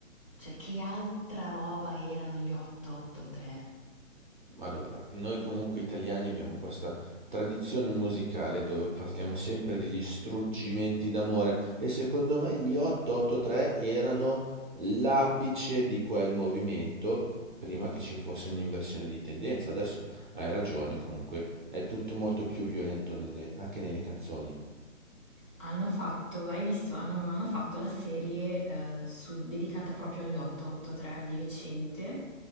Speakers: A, on the left; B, on the right.
A: Cioè, che altra roba erano gli 883?
B: Allora, noi comunque italiani abbiamo questa tradizione musicale dove parliamo sempre degli struggimenti d'amore e secondo me gli 883 erano l'apice di quel movimento prima che ci fosse un'inversione di tendenza. Adesso hai ragione, comunque è tutto molto più violento nelle- anche nelle canzoni.
A: Hanno fatto, hai visto, hanno, hanno fatto la serie eh, su- dedicata proprio agli 883 di recente.